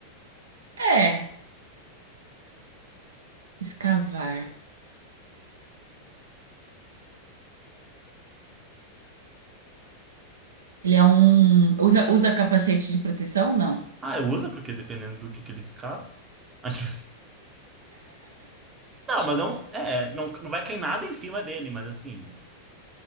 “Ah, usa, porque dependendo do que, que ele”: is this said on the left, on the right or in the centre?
Right